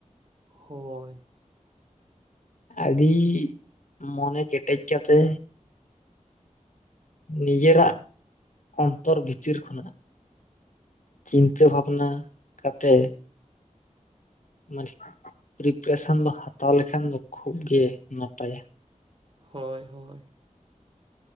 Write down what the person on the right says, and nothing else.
ᱦᱚᱭ
ᱦᱳᱭ ᱦᱳᱭ